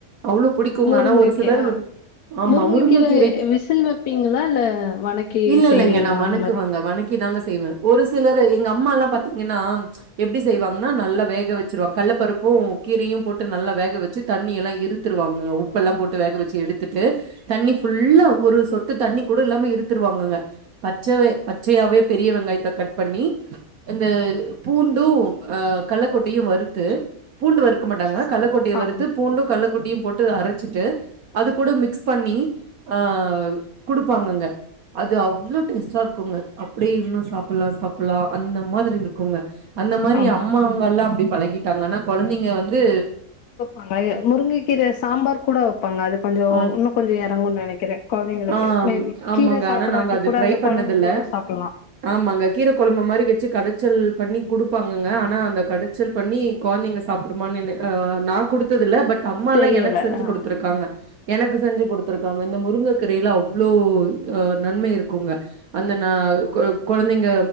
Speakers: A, on the right; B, on the left.
A: அவ்ளோ புடிக்குங்க
B: முருங்கக்கீர
A: ஆனா ஒரு சிலர்
B: ஆ
A: ஆமா
B: முருங்கக்கீர
A: முருங்ககிர
B: விசில் வைப்பீங்களா இல்ல வணக்கி
A: இல்ல இல்லங்க
B: செய்வீங்களா
A: நான் வணக்குவேங்க
B: அந்த மாரி
A: வணக்கு <unintelligible> தாங்க செய்வேன். ஒரு சிலரு.. எங்க அம்மால்லாம் பாத்தீங்கன்னா? எப்டி செய்வாங்கன்னா? நல்லா வேக வச்சுருவாங்க கல்ல பருப்பும்.. கீரயும் போட்டு நல்லா வேக வச்சு தண்ணியெல்லாம் இருத்துருவாங்க. உப்பெல்லாம் போட்டு வேக வச்சு எடுத்துட்டு.. தண்ணி ஃபுல்லா, ஒரு சொட்டு தண்ணி கூட இல்லாம இருத்துருவாங்கங்க! பச்சவே பச்சயாவே பெரிய வெங்காயத்தை கட் பண்ணி.. இந்த பூண்டும்.. கல்லகொட்டையும் வறுத்து.. பூண்டு வறுக்க மாட்டாங்க.
B: சரி
A: கள்ளக்கொட்டைய வறுத்து
B: ஆமா
A: பூண்டு கல்ல கொட்டையு போட்டு அரச்சுட்டு அது கூட மிக்ஸ் பண்ணி ஆ குடுப்பாங்கங்க அது அவ்ளோ டேஸ்ட்டா இருக்குங்க. அப்டியே இன்னு சாப்பல்லா சாப்பல்லா அந்த மாதிரி இருக்குங்க அந்த மாரி
B: ஆமா
A: அம்மாங்கல்லா அப்டி பழகிட்டாங்க. ஆனா கொழந்தைங்க வந்து
B: அங்கய முருங்கக்கீர சாம்பார் கூட வப்பாங்க. அது கொஞ்சோ
A: ஆ
B: வுன்னு கொஞ்சோ எறங்குன் நெனைக்கிறே கொழந்தைங்களுக்கு
A: ஆ
B: மே பி
A: ஆமாங்க
B: கீர சாப்புடாட்டி
A: ஆனா நாங்க அது
B: கூட
A: ட்ரை
B: அந்த
A: பண்ணதில்ல
B: கொழம்பு மட்டு சாப்பல்லா
A: ஆமாங்க கீர கொழம்பு மாரி வச்சு கடச்சல் பண்ணி குடுப்பாங்கங்க. ஆனா அந்த கட ச்சல் பண்ணி கொழந்தைங்க சாப்புடுமானுனு அ நா குடுத்ததில்ல பட் அம்மாலா
B: தெரியல
A: எனக்கு செஞ்சு
B: ஆ
A: குடுத்துருக்காங்க எனக்கு செஞ்சு குடுத்துருக்காங்க இந்த முருங்க கீரேல அவ்ளோ அ நன்மை இருக்குங்க அந்த ந க கொழந்தைங்க